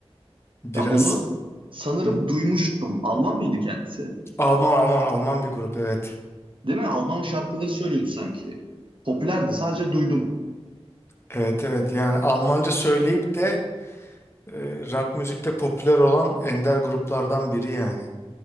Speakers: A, on the left; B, on the right.
A: <laughs> Biraz
B: Ya onu sanırım
A: Hı.
B: duymuştum. Alman mıydı kendisi?
A: Alman Alman Alman bir grup evet.
B: Değil mi? Alman şarkıları söylüyordu sanki. Popülerdi sadece duydum.
A: Evet evet yani Almanca söyleyip de e, rock müzikte popüler olan ender gruplardan biri yani.